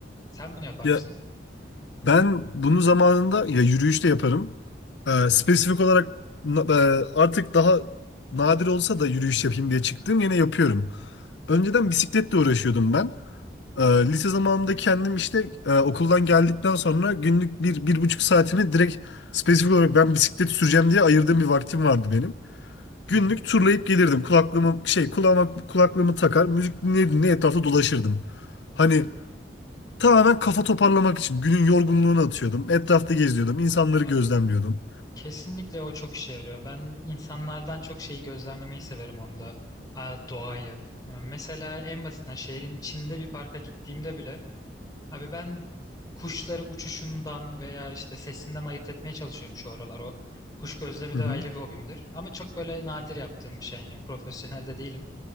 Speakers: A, on the left; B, on the left.
A: Sen bunu yapar
B: Ya
A: mısın?
B: ben bunu zamanında ya yürüyüşte yaparım. Ee, spesifik olarak na- e, artık daha nadir olsa da yürüyüş yapayım diye çıktım. Yine yapıyorum. Önceden bisikletle uğraşıyordum ben. Ee, lise zamanında kendim işte e, okuldan geldikten sonra günlük bir, bir buçuk saatimi direkt spesifik olarak ben bisiklet süreceğim diye ayırdığım bir vaktim vardı benim. Günlük
A: Hı hı.
B: turlayıp gelirdim. Kulaklığımı şey kulağıma kulaklığımı takar, müzik dinleye dinleye etrafta dolaşırdım. Hani tamamen kafa toparlamak için günün yorgunluğunu atıyordum. Etrafta geziyordum, insanları
A: Abi
B: gözlemliyordum.
A: kesinlikle o çok işe yarıyor. Ben insanlardan çok şeyi gözlemlemeyi severim onda. Aa, Doğayı. Ee, Mesela en basitinden şehrin içinde bir parka gittiğimde bile Abi ben kuşları uçuşundan veya işte sesinden ayırt etmeye çalışıyorum şu aralar. O kuş gözlemi
B: Hı
A: de
B: hı.
A: ayrı bir hobimdir. Ama çok böyle nadir yaptığım bir şey. Yani profesyonel de değilim.